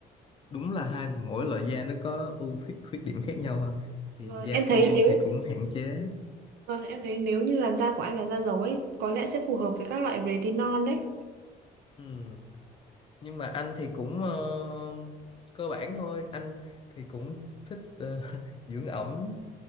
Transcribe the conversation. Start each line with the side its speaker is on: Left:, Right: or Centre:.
Left: đúng là hai mỗi loại da nó có ưu khuyết khuyết điểm khác nhau ha. Thì
Right: vâng,
Left: da
Right: em
Left: khô
Right: thấy nếu
Left: thì cũng hạn chế.
Right: vâng, em thấy nếu như làn da của anh là da dầu ấy có lẽ sẽ phù hợp với các loại retinol đấy
Left: Ừ. Nhưng mà anh thì cũng ờ, cơ bản thôi. Anh thì cũng thích ờ, <laughs> dưỡng ẩm